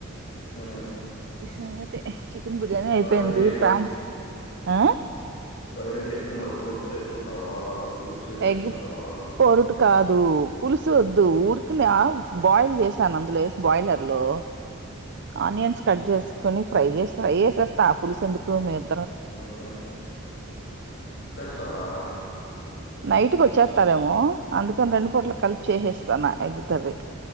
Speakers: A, on the left; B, on the right.
A: ఆ
B: సంగతి చికెన్ బిర్యానీ అయిపోయింది
A: ఏంటి ఎగ్
B: ప్రాన్స్ ఆ
A: అరేంటి ఎగ్ మరి పొరట్ చేసుకుంటావా పులుసు చేసుకుంటావా
B: ఎగ పొరు టకాదు పులుసు వద్దు
A: మ్మ్.
B: ఊరికినా బాయిల్ చేసాను అందులో వ బాయిలర్ లో ఆనియన్స్ కట్జెస్ కని ఫ్రై చేసి ఫ్రై చేసేస్తట ఆపుల్స్ ఎందుకు మీరు
A: ఆ చేస్తారా
B: నైట్కి వచ్చేస్తారేమో అందుకని రెండు
A: మ్మ్.
B: పూట్లు కలిపి చేసేస్తాను ఎగ్ కర్రీ